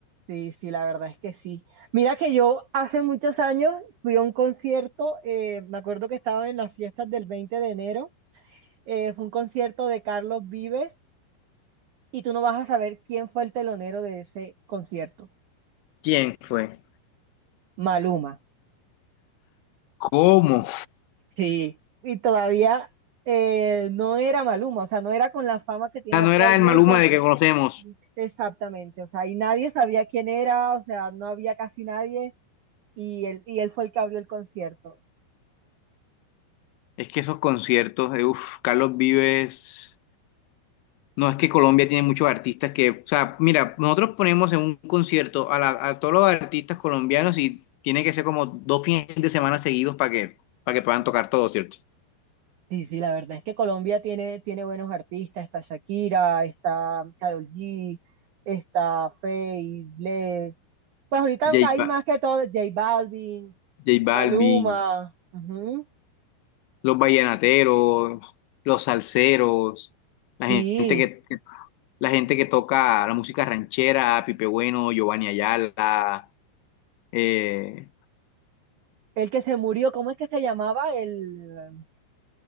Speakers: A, on the right; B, on the left.
A: Sí, sí, la verdad es que sí. Mira que yo hace muchos años fui a un concierto, eh, me acuerdo que estaba en las fiestas del 20 de enero, eh, fue un concierto de Carlos Vives y tú no vas a saber quién fue el telonero de ese concierto.
B: ¿Quién fue?
A: Maluma.
B: ¿Cómo? O
A: Sí, y todavía eh, no era Maluma, o sea, no era con la fama que tiene
B: sea,
A: actualmente,
B: no era el Maluma de que conocemos.
A: exactamente, o sea, y nadie sabía quién era, o sea, no había casi nadie, y él, y él fue el que abrió el concierto.
B: Es que esos conciertos, eh, uf, Carlos Vives. No, es que Colombia tiene muchos artistas que, o sea, mira, nosotros ponemos en un concierto a, la- a todos los artistas colombianos y tiene que ser como dos fines de semana seguidos para que, para que puedan tocar todo, ¿cierto?
A: Sí, sí, la verdad es que Colombia tiene, tiene buenos artistas, está Shakira, está Karol G, está Feid, Bless, pues ahorita
B: J,
A: hay
B: Ba-
A: más que todo, J Balvin,
B: J Balvin,
A: Maluma, ujú,
B: los vallenateros, los salseros, la
A: Sí,
B: gente que, que- la gente que toca la música ranchera, Pipe Bueno, Giovanni Ayala, eh,
A: el que se murió, ¿cómo es que se llamaba? El...